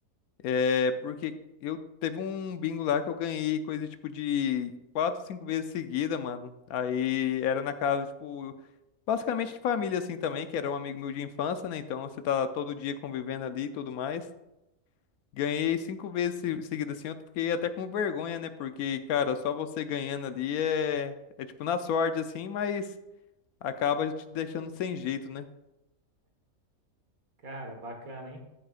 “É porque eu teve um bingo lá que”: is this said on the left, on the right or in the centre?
Left